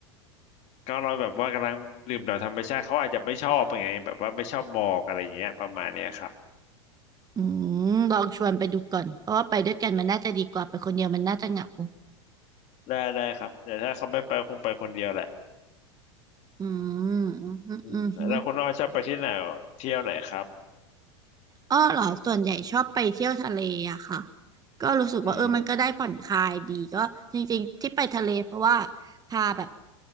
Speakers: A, on the left; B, on the right.
A: ก็เราแบบว่ากำลังดื่มด่ำธรรมชาติเขาอาจจะไม่ชอบไงแบบว่าไม่ชอบหมอกอะไรอย่างเงี้ยประมาณเนี้ยครับ
B: อืมลองชวนไปดูก่อนเพราะว่าไปด้วยกันมันน่าจะดีกว่าไปคนเดียวมันน่าจะเหงา
A: ได้ได้ครับแต่ถ้าเขาไม่ไปคงไปคนเดียวแหละ
B: อืมอืมอืม
A: อืมแล้วคุณอ้อชอบไปที่ไหนเที่ยวไหนครับ
B: อ้อเหรอส่วนใหญ่ชอบไปเที่ยวทะเลอะค่ะก็รู้สึกว่าเออมันก็ได้ผ่อนคลายดีก็จริงๆที่ไปทะเลเพราะว่า
A: อืม
B: พาแบบ